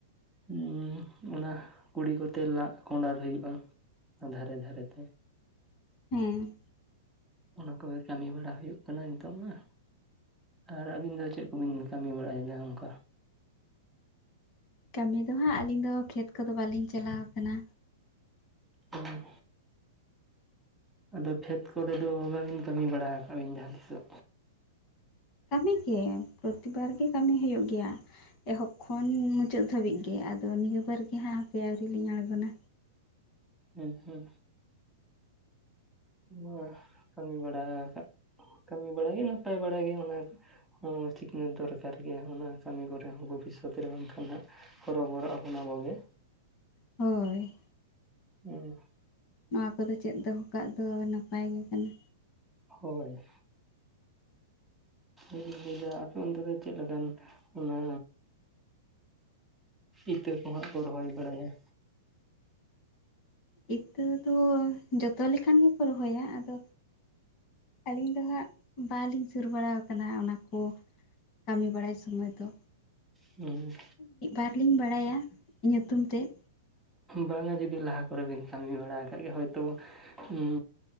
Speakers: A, in the centre; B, on the left (about 35°).
A: ᱩᱸ ᱚᱱᱟ ᱠᱩᱲᱤ ᱠᱚᱛᱮ ᱞᱟᱜ ᱠᱚᱸᱰᱟᱨ ᱦᱩᱭᱩᱜᱼᱟ ᱚᱱᱟ ᱫᱷᱟᱨᱮ ᱫᱷᱟᱨᱮ ᱛᱮ᱾
B: ᱦᱮᱸ
A: ᱚᱱᱟ ᱠᱚᱜᱮ ᱠᱟᱹᱢᱤ ᱵᱟᱲᱟ ᱦᱩᱭᱩᱜ ᱠᱟᱱᱟ ᱱᱤᱛᱚᱜ ᱢᱟ, ᱟᱨ ᱟᱹᱵᱤᱱ ᱫᱚ ᱪᱮᱫ ᱠᱚᱵᱤᱱ ᱠᱟᱹᱢᱤ ᱵᱟᱲᱟᱭᱮᱫᱟ ᱚᱱᱠᱟ?
B: ᱠᱟᱹᱢᱤ ᱫᱚ ᱦᱟᱸᱜ ᱟᱹᱞᱤᱧ ᱫᱚ ᱠᱷᱮᱛ ᱠᱚᱫᱚ ᱵᱟᱹᱞᱤᱧ ᱪᱟᱞᱟᱣ ᱟᱠᱟᱱᱟ᱾
A: ᱦᱩᱸ ᱟᱫᱚ ᱠᱷᱮᱛ ᱠᱚᱨᱮ ᱫᱚ ᱵᱟᱹᱵᱤᱱ ᱠᱟᱹᱢᱤ ᱵᱟᱲᱟ ᱟᱠᱟᱟᱜ ᱵᱤᱱ ᱡᱟᱦᱟᱸ ᱛᱤᱥᱜ?
B: ᱠᱟᱹᱢᱤ ᱜᱮ ᱯᱨᱚᱛᱤᱵᱟᱨ ᱜᱮ ᱠᱟᱹᱢᱤ ᱦᱩᱭᱩᱜ ᱜᱮᱭᱟ᱾ ᱮᱦᱚᱵ ᱠᱷᱚᱱ ᱢᱩᱪᱟᱹᱫ ᱫᱷᱟᱹᱵᱤᱡ ᱜᱮ ᱟᱫᱚ ᱱᱤᱭᱟᱹ ᱵᱟᱨ ᱜᱮ ᱦᱟᱸᱜ ᱦᱟᱯᱮ ᱟᱹᱣᱨᱤ ᱞᱤᱧ ᱟᱬᱜᱚᱱᱟ᱾
A: ᱦᱮᱸ ᱦᱮᱸ ᱱᱚᱣᱟ ᱠᱟᱹᱢᱤ ᱵᱟᱲᱟᱠᱟᱜ, ᱠᱟᱹᱢᱤ ᱵᱟᱲᱟᱜ ᱜᱮ ᱱᱟᱯᱟᱭ ᱵᱟᱲᱟᱟᱜ ᱜᱮ ᱚᱱᱟ, ᱦᱚᱸ ᱥᱤᱠᱷᱱᱟᱹᱛ ᱫᱚᱨᱠᱟᱨ ᱜᱮᱭᱟ ᱚᱱᱟ ᱠᱟᱹᱢᱤ ᱠᱚᱨᱮ ᱦᱚᱸ ᱵᱷᱚᱵᱤᱥᱥᱚᱛ ᱨᱮ ᱵᱟᱝᱠᱷᱟᱱ ᱦᱟᱸ, ᱦᱚᱨᱚᱵᱚᱵᱚᱨᱚᱜ ᱟᱵᱚᱱ ᱟᱵᱚ ᱠᱚᱜᱮ᱾
B: ᱦᱳᱭ
A: ᱦᱮᱸ
B: ᱱᱚᱣᱟ ᱠᱚᱫᱚ ᱪᱮᱫ ᱫᱚᱦᱚᱚᱠᱟᱜ ᱫᱚ ᱱᱟᱯᱟᱭ ᱜᱮ ᱠᱟᱱᱟ᱾
A: ᱦᱳᱭ ᱤᱧ ᱞᱟᱹᱭᱫᱟ ᱟᱯᱮ ᱚᱱᱛᱮ ᱫᱚ ᱪᱮᱫ ᱞᱮᱠᱟᱱ ᱚᱱᱟ ᱤᱛᱟᱹ ᱠᱚᱦᱟᱸᱜ ᱠᱚ ᱨᱚᱦᱚᱭ ᱵᱟᱲᱟᱭᱟ?
B: ᱤᱛᱟᱹ ᱫᱚ ᱡᱚᱛᱚ ᱞᱮᱠᱟᱱ ᱜᱮᱠᱚ ᱨᱚᱦᱚᱭᱟ, ᱟᱫᱚ ᱟᱹᱞᱤᱧ ᱫᱚ ᱦᱟᱸᱜ ᱵᱟᱞᱤᱧ ᱥᱩᱨ ᱵᱟᱲᱟᱣ ᱠᱟᱱᱟ ᱚᱱᱟ ᱠᱩ ᱠᱟᱹᱢᱤ ᱵᱟᱲᱟᱭ ᱥᱚᱢᱚᱭ ᱫᱚ
A: ᱦᱩᱸ
B: ᱢᱤᱫ ᱵᱟᱨ ᱞᱤᱧ ᱵᱟᱲᱟᱭᱟ ᱧᱩᱛᱩᱢ ᱛᱮᱫ
A: ᱵᱟᱝᱟ ᱡᱩᱫᱤ ᱞᱟᱦᱟ ᱠᱚᱨᱮᱵᱤᱱ ᱠᱟᱹᱢᱤ ᱵᱟᱲᱟ ᱟᱠᱟᱫ ᱜᱮᱭᱟ ᱦᱚᱭᱛᱚ ᱩᱸ